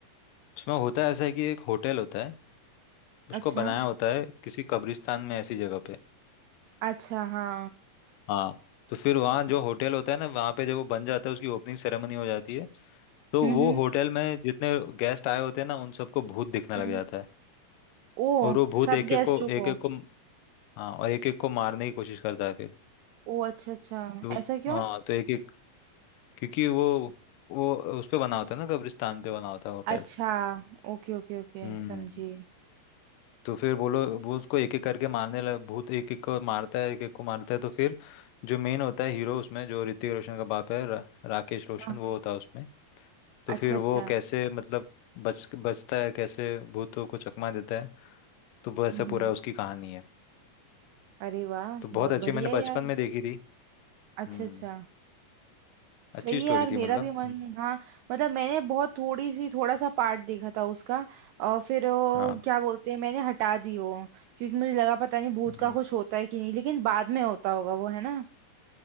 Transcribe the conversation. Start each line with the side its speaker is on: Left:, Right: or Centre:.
Left: उसमें होता है ऐसा है कि एक होटल होता है
Right: अच्छा
Left: उसको बनाया होता है किसी कब्रिस्तान में ऐसी जगह पे
Right: अच्छा हाँ
Left: हाँ तो फिर वहाँ जो होटल होता है ना वहाँ पे जब वो बन जाता है उसकी ओपनिंग सेरेमनी हो जाती है तो
Right: हम्म
Left: वो
Right: हम्म
Left: होटल में जितने गेस्ट आए होते हैं ना उन सबको भूत दिखने
Right: हम्म।
Left: लग जाता है
Right: ओ
Left: और वो भूत
Right: सब
Left: एक
Right: गेस्टों
Left: एक को
Right: को
Left: एक एक को हाँ और एक एक को मारने की कोशिश करता है फिर
Right: ओ अच्छा अच्छा
Left: तो
Right: ऐसा क्यों
Left: हाँ तो एक क्योंकि वो वो उस पे बना होता है ना कब्रिस्तान पे बना होता है होटल
Right: अच्छा ओके ओके ओके
Left: हम्म
Right: समझी
Left: तो फिर बोलो वो उसको एक एक करके मारने लग भूत एक एक को मारता है एक एक को मारता है तो फिर जो मेन होता है हीरो उसमें जो ऋतिक रोशन का बाप है रा, राकेश रोशन
Right: हाँ
Left: वो
Right: हाँ,
Left: होता है उसमें तो
Right: अच्छा
Left: फिर
Right: अच्छा
Left: वो कैसे मतलब बच बचता है कैसे भूतों को चकमा देता है तो वैसा
Right: हम्म
Left: पूरा उसकी कहानी है
Right: अरे वाह
Left: तो
Right: बहुत
Left: बहुत अच्छी
Right: बढ़िया
Left: मैंने
Right: है
Left: बचपन
Right: यार
Left: में देखी थी
Right: अच्छा
Left: हम्म
Right: अच्छा सही
Left: अच्छी स्टोरी
Right: है यार मेरा
Left: थी मतलब
Right: भी मन
Left: हम्म,
Right: हाँ मतलब मैंने बहुत थोड़ी सी थोड़ा सा पार्ट देखा था उसका और फिर वो
Left: हाँ
Right: क्या बोलते हैं मैंने हटा दी वो क्योंकि मुझे लगा पता नहीं भूत
Left: हम्म।
Right: का कुछ होता है कि नहीं लेकिन बाद में होता होगा वो है ना